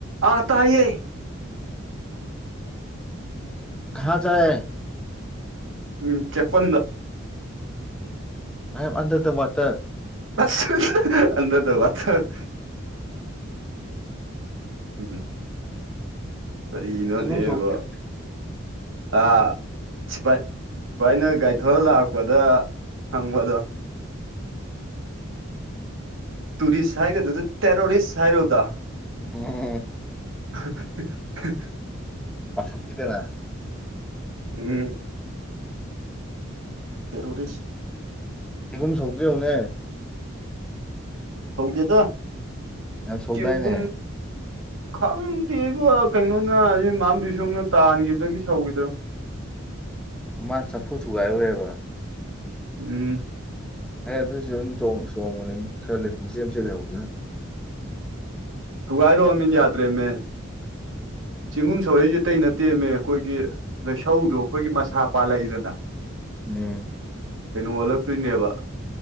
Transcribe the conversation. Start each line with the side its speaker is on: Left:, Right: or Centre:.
Right: <inaudible> ꯑꯥ ꯇꯥꯏꯌꯦ
Centre: ꯀꯍꯥ ꯖꯥꯏ
Right: ꯎꯝ ꯆꯦꯄꯟꯗ
Centre: I am under the water
Right: <unintelligible> under the water ꯎꯝ ꯀꯔꯤꯅꯣꯅꯦꯕꯣ
Centre: ꯆꯦꯡꯒꯨꯝ ꯁꯧꯗꯣꯏ
Right: ꯑ <unintelligible> ꯁꯨꯑꯥꯏꯅ ꯒꯥꯏ ꯊꯧꯔ ꯂꯥꯛꯄꯗ ꯍꯪꯕꯗꯣ ꯇꯨꯔꯤꯁ ꯍꯥꯏꯒꯗꯨꯗꯤ ꯇꯦꯔꯣꯔꯤꯁ ꯍꯥꯏꯔꯨꯕꯗꯣ
Centre: <unintelligible>
Right: <unintelligible>
Centre: ꯄꯥꯈꯠꯈꯤꯗꯅ
Right: ꯎꯝ ꯇꯦꯔꯣꯔꯤꯁ
Centre: ꯆꯦꯡꯒꯨꯝ ꯁꯧꯗꯨ ꯌꯦꯡꯉꯨꯅꯦ
Right: ꯁꯧꯗꯤꯦꯗ
Centre: ꯌꯥꯝ ꯁꯧꯗꯥꯏꯅꯦ
Right: ꯆꯦꯡꯒꯨꯝ ꯈꯪꯗꯦꯕꯣ ꯀꯩꯅꯣꯅ <unintelligible> ꯃꯥꯝ ꯕꯤ ꯁꯣꯛꯅ ꯇꯥꯟꯈꯤꯕꯗꯒꯤ ꯁꯧꯈꯤꯗ꯭ꯔꯝ
Centre: ꯍꯨꯃꯥꯡ ꯆꯥꯐꯨ ꯊꯨꯒꯥꯏꯔꯨꯔꯦꯕ
Right: ꯎꯝ
Centre: ꯑꯦ ꯑꯗꯨꯁꯨ ꯑꯗꯨꯝ ꯆꯣꯡꯕꯅꯤ ꯈꯔ ꯂꯩꯁ ꯌꯥꯝ ꯁꯤ ꯂꯩꯕ
Right: ꯊꯨꯒꯥꯏꯔꯣ ꯑꯃꯤꯟ ꯌꯥꯇ꯭ꯔꯦ ꯃ ꯆꯤꯡꯒꯨꯝ ꯁꯧꯔꯩꯁꯦ ꯇꯩꯅ ꯇꯦꯝꯃꯦ ꯑꯩꯈꯣꯏꯒꯤ ꯂꯩꯁꯧꯗꯣ ꯑꯩꯈꯣꯏꯒꯤ ꯃꯁꯥ ꯄꯥꯜꯂꯛꯏꯗꯅ
Centre: ꯎꯝ
Right: ꯀꯩꯅꯣ ꯑꯣꯜꯂꯛꯇꯣꯏꯅꯦꯕ